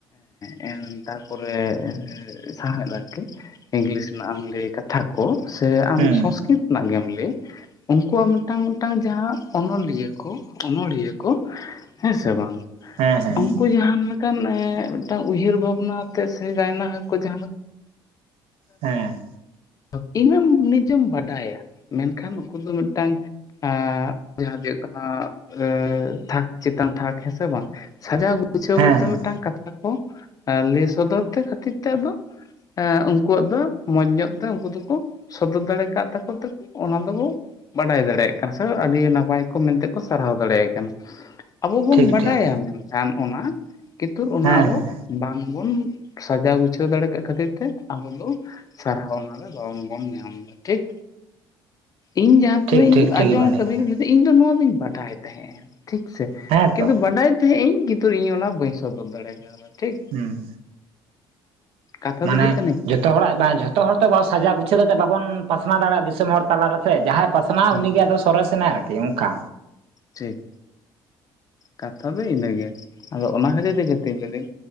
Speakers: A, on the left; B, on the right.
A: ᱦᱮᱸ ᱛᱟᱨ ᱯᱚᱨᱮ ᱮ ᱥᱟᱦᱮᱣᱫ ᱟᱨᱠᱤ ᱤᱝᱞᱤᱥ ᱱᱟᱜ ᱮᱢ ᱞᱟᱹᱭ ᱠᱟᱛ ᱛᱷᱟᱠᱚ ᱥᱮ ᱟᱢ
B: ᱦᱩᱸ
A: ᱥᱚᱝᱥᱠᱨᱤᱛ ᱨᱮᱱᱟᱜ ᱜᱮᱢ ᱞᱮ ᱠᱚᱣᱟᱜ ᱢᱤᱫᱴᱟᱝ ᱢᱤᱫᱴᱟᱝ ᱡᱟᱦᱟᱸ ᱚᱱᱚᱞᱤᱭᱟᱹ ᱠᱚ ᱚᱱᱚᱲᱦᱤᱭᱟᱹ ᱠᱚ ᱦᱮᱸ ᱥᱮ ᱵᱟᱝ
B: ᱦᱮᱸ ᱦᱮᱸ
A: ᱩᱝᱠ ᱠᱩ ᱡᱟᱦᱟᱸᱱ ᱞᱮᱠᱟᱱ ᱮ ᱢᱤᱫᱴᱟᱝ ᱩᱭᱦᱟᱹᱨ ᱵᱷᱟᱵᱽᱱᱟ ᱟᱛᱮᱛ ᱥᱮ ᱜᱟᱭᱱᱟ ᱦᱚ ᱠᱚ ᱡᱟᱦᱟᱸ ᱞᱮᱠ
B: ᱦᱮᱸ
A: ᱦᱟᱹᱯ ᱤᱧ ᱡᱚᱢ ᱱᱤᱡᱚᱢ ᱵᱟᱰᱟᱭᱟ ᱢᱮᱱᱠᱷᱟᱱ ᱩᱱᱠᱩ ᱫᱚ ᱢᱤᱫᱴᱟᱝ ᱟᱻ ᱡᱟᱦᱟᱸ ᱫᱚ <unintelligible> ᱟ ᱟᱹ ᱛᱷᱟᱠ ᱪᱮᱛᱟᱱ ᱛᱷᱟᱠ ᱦᱮᱸᱥᱮ ᱵᱟᱝ? ᱥᱟᱡᱟᱣ ᱜᱩᱪᱷᱟᱹᱣ
B: ᱦᱮᱸ
A: ᱠᱟᱛᱮ
B: ᱦᱮᱸ
A: ᱢᱤᱫ ᱢᱤᱫᱴᱟᱝ ᱠᱟᱛᱷᱟ ᱠᱚ ᱞᱟᱹᱭ ᱮ ᱥᱚᱫᱚᱨ ᱛᱮ ᱠᱷᱟᱹᱛᱤᱨ ᱛᱮ ᱟᱫᱚ ᱟ ᱩᱝᱠᱩᱣᱟᱜ ᱫᱚ ᱢᱚᱸᱡᱽ ᱧᱚᱜ ᱛᱚ ᱩᱝᱠᱩ ᱫᱚᱠᱚ ᱥᱚᱫᱚᱨ ᱫᱟᱲᱮ ᱠᱟᱜ ᱛᱟᱠᱚ ᱛᱮᱠᱩ ᱚᱱᱟ ᱫᱚᱵᱚ ᱵᱟᱰᱟᱭ ᱫᱟᱲᱮᱭᱟᱜ ᱠᱟᱱᱟ ᱥᱮ ᱟᱹᱰᱤ ᱱᱟᱯᱟᱭ ᱠᱚ ᱢᱮᱱᱛᱮ ᱠᱚ ᱥᱟᱨᱦᱟᱣ ᱫᱟᱲᱮᱭᱟᱭ ᱠᱟᱱᱟ ᱾ ᱟᱵᱚ ᱵᱚᱱ
B: ᱴᱷᱤᱠ
A: ᱵᱟᱰᱟᱭᱟ
B: ᱴᱷᱤᱠ
A: ᱢᱮᱱᱠᱷᱟᱱ ᱚᱱᱟ ᱠᱤᱛᱩᱨ ᱚᱱᱟ
B: ᱦᱮᱸ
A: ᱟᱵᱚ
B: ᱦᱮᱸ
A: ᱵᱟᱝᱵᱚᱱ ᱥᱟᱡᱟᱣ ᱜᱩᱪᱷᱟᱹᱣ ᱫᱟᱲᱮ ᱠᱟᱜ ᱠᱷᱟᱹᱛᱤᱨ ᱛᱮ ᱟᱵᱚ ᱫᱚ ᱥᱟᱨᱦᱟᱣᱱᱟ ᱟᱫᱚ ᱨᱚᱝ ᱵᱚᱱ ᱧᱟᱢ ᱮᱫᱟ. ᱴᱷᱤᱠ ᱤᱧ ᱡᱟᱦᱟᱸ ᱛᱤᱱᱟᱹᱜ
B: ᱴᱷᱤᱠ
A: ᱤᱧ
B: ᱴᱷᱤᱠ ᱴᱷᱤᱠ
A: ᱟᱸᱡᱚᱢ
B: ᱜᱮᱵᱮᱱ
A: ᱟᱠᱟᱫᱟᱹᱧ
B: ᱞᱟᱹᱭ ᱠᱮᱫᱟ
A: ᱤᱧ ᱫᱚ ᱱᱚᱣᱟ ᱫᱚᱧ ᱵᱟᱰᱟᱭ ᱛᱟᱦᱮᱸᱼᱟ ᱴᱷᱤᱠ ᱥᱮ
B: ᱦᱮᱸ
A: ᱠᱤᱱᱛᱩ
B: ᱛᱚ
A: ᱵᱟᱰᱟᱭ <unintelligible> ᱤᱧ ᱜᱤᱱᱛᱩ ᱤᱧ ᱚᱱᱟ ᱵᱟᱹᱧ ᱥᱚᱫᱚᱨ ᱫᱟᱲᱮ ᱠᱟᱣᱫᱟ ᱴᱷᱤᱠ
B: ᱦᱩᱸ
A: ᱠᱟᱛᱷᱟ
B: ᱢᱟᱱᱮ
A: ᱫᱚ ᱦᱩᱭᱩᱜ ᱠᱟᱱᱟ
B: ᱡᱚᱛ ᱛᱚ ᱦᱚᱲᱟᱜ ᱵᱟᱝ ᱡᱷᱚᱛᱚ ᱦᱚᱲ ᱛᱮ ᱵᱟ ᱥᱟᱡᱟᱣ ᱜᱩᱪᱷᱟᱹᱣ ᱠᱟᱛᱮ ᱵᱟᱵᱚᱱ ᱯᱟᱥᱱᱟᱣ ᱫᱟᱲᱮᱭᱟᱜᱼᱟ ᱫᱤᱥᱚᱢ ᱦᱚᱲ ᱛᱟᱞᱟᱨᱮᱥᱮ ᱡᱟᱦᱟᱸ ᱯᱟᱥᱱᱟᱜᱼᱟ
A: ᱦᱩᱸ
B: ᱩᱱᱤᱜᱮ ᱟᱫᱚ ᱥᱚᱨᱮᱥᱮ ᱱᱟᱭ ᱟᱨᱠᱤ ᱚᱱᱠᱟ᱾
A: ᱴᱷᱤᱠ ᱠᱟᱛᱷᱟ ᱫᱚ ᱤᱱᱟᱹᱜᱮ ᱟᱫᱚ ᱚᱱᱟ ᱠᱷᱟᱹᱛᱤᱨ ᱛᱮᱜᱮ ᱛᱮᱧ ᱞᱮᱫᱟᱹᱧ